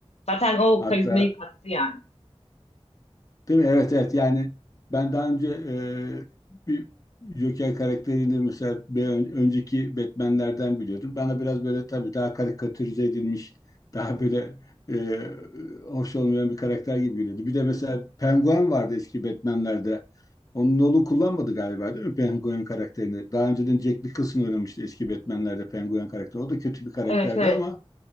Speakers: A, on the left; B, on the left.
A: Zaten o
B: Hatta
A: karizmayı kattı yani.
B: değil mi? Evet evet yani ben daha önce e, bir Joker karakterini mesela bir ön- önceki Batman'lerden biliyordum. Bana biraz böyle tabii daha karikatürize edilmiş, daha böyle e, hoş olmayan bir karakter gibi geliyordu. Bir de mesela Penguin vardı eski Batman'lerde. Onun Nolan kullanmadı galiba değil mi Penguin karakterini? Daha önceden Jack Nicholson oynamıştı eski Batman'lerde Penguin karakteri. O da kötü bir karakterdi
A: Evet, evet.
B: ama